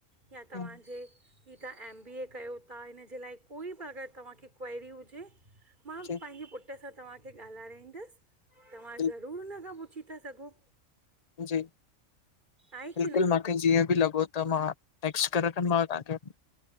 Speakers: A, on the right; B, on the left.
A: या तव्हांजे
B: हम्म
A: ही तव्हां एम बी ए कयो था हिन जे लाइ कोई बि अगर तव्हांखे क्वायरी हुजे मां
B: जी
A: पंहिंजे पुट्र पुट्र सां तव्हांखे ॻाल्हाराईंदसि तव्हां
B: जी
A: ज़रूर हुन खां पुछी था सघो।
B: जी,
A: आहे
B: बिल्कुलु
A: की न
B: मां मूंखे जीअं बि लॻो त मां टेक्स्ट करे रखंदो मांव तव्हांखे।